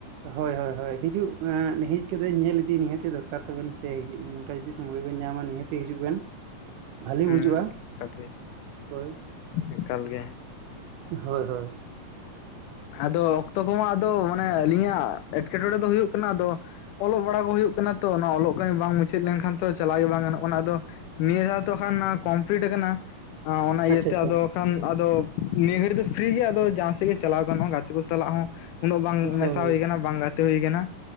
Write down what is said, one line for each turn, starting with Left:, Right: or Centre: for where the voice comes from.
Right: ᱦᱳᱭ ᱦᱳᱭ ᱦᱳᱭ ᱦᱤᱡᱩᱜᱽ ᱮ ᱦᱮᱡᱽ ᱠᱟᱛᱮᱫ ᱧᱮᱞ ᱤᱫᱤ ᱱᱤᱦᱟᱹᱛᱤ ᱫᱚᱨᱠᱟᱨ ᱛᱟᱵᱮᱱ ᱥᱮ ᱦᱮᱸ ᱠᱮ ᱡᱩᱫᱤ ᱥᱳᱢᱳᱭ ᱵᱮᱱ ᱧᱟᱢᱟ ᱱᱤᱦᱟᱹᱛᱮ ᱦᱤᱡᱩᱜ ᱵᱮᱱ ᱵᱷᱟᱹᱞᱤ
Left: ᱦᱩᱸ
Right: ᱵᱩᱡᱷᱟᱹᱜᱼᱟ
Left: ᱮᱠᱟᱞ ᱜᱮ
Right: ᱦᱳᱭ
Left: ᱮᱠᱟᱞ ᱜᱮ
Right: ᱦᱳᱭ ᱦᱳᱭ
Left: ᱟᱫᱚ ᱚᱠᱛᱚ ᱠᱚᱢᱟ ᱟᱫᱚ ᱢᱟᱱᱮ ᱟᱹᱞᱤᱧᱟᱜ ᱮᱴᱠᱮᱴᱚᱬᱮ ᱫᱚ ᱦᱩᱭᱩᱜ ᱠᱟᱱᱟ ᱟᱫᱚ ᱚᱞᱚᱜ ᱵᱟᱲᱟ ᱠᱚ ᱦᱩᱭᱩᱜ ᱠᱟᱱᱟ ᱛᱚ ᱚᱱᱟ ᱚᱞᱚᱜ ᱠᱟᱹᱢᱤ ᱵᱟᱝ ᱢᱩᱪᱟᱹᱫ ᱞᱮᱱᱠᱷᱟᱱ ᱛᱚ ᱪᱟᱞᱟᱶ ᱜᱮ ᱵᱟᱝ ᱜᱟᱱᱚᱜ ᱠᱟᱱᱟ ᱟᱫᱚ ᱱᱤᱭᱟᱹ ᱫᱷᱟᱣ ᱛᱚ ᱠᱷᱟᱱ ᱠᱚᱢᱯᱞᱤᱴ ᱟᱠᱱᱟ᱾ ᱚᱱᱟ ᱤᱭᱟᱹᱛᱮ
Right: ᱟᱪᱪᱷᱟ ᱟᱪᱪᱷᱟ
Left: ᱟᱫᱚ ᱠᱷᱟᱱ ᱟᱫᱚ ᱱᱤᱭᱟᱹ ᱜᱷᱟᱹᱲᱤ ᱫᱚ ᱯᱷᱤᱨᱤ ᱜᱮ ᱟᱫᱚ ᱡᱟᱦᱟᱸ ᱥᱮᱫ ᱜᱮ ᱪᱟᱞᱟᱣ ᱜᱟᱱᱚᱜᱼᱟ ᱜᱟᱛᱮ ᱠᱚ ᱥᱟᱞᱟᱜ ᱦᱚᱸ ᱩᱱᱟᱹᱜ ᱵᱟᱝ
Right: ᱦᱳᱭ
Left: ᱢᱮᱥᱟ ᱦᱩᱭ ᱠᱟᱱᱟ ᱵᱟᱝ ᱜᱟᱛᱮ ᱦᱩᱭ ᱠᱟᱱᱟ᱾